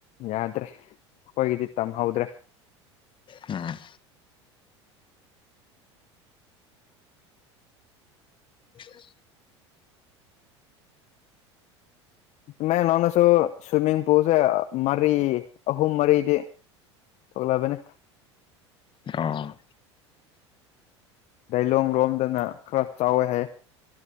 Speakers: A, on the left (about 50°); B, on the left (about 35°).
A: ꯌꯥꯗ꯭ꯔꯦ ꯑꯩꯈꯣꯏꯒꯤꯗꯤ ꯇꯝꯍꯧꯗ꯭ꯔꯦ
B: ꯎꯝ <unintelligible>
A: ꯁꯨꯃꯥꯏ ꯅꯎꯅꯁꯨ ꯁ꯭ꯋꯤꯃꯤꯡ ꯄꯨꯜꯁꯦ ꯃꯔꯤ ꯑꯍꯨꯝ ꯃꯔꯤꯗꯤ ꯊꯣꯛꯣꯛꯂꯕꯅꯦ
B: ꯑ
A: ꯂꯣꯡ ꯂꯣꯝꯗꯅ ꯈꯔ ꯆꯥꯎꯋꯦ ꯍꯥꯏ